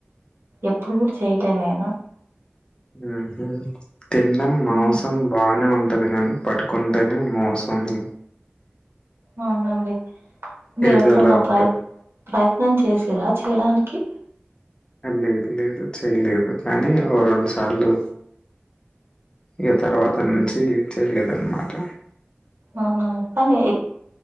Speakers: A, on the right; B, on the left.
A: ఎప్పుడు కూడా చేయలే నేను
B: ఉహు తీన్డం మాంసం
A: ఉమ్,
B: బనే ఉం టది కాని పట్టుకుంటేనే మాంసం ది
A: అవునండి మీరెప్పుడున్న
B: ఏదోలా ఉంటది.
A: ప్రయ ప్రయత్నం చేసిరా చేయడానికి
B: లేదు లేదు చేయలేదు కానీ ఓ రెండు సార్లు ఈ తర్వాత నుంచి చేయలేదన్నమాట
A: అవునా కానీ ఎ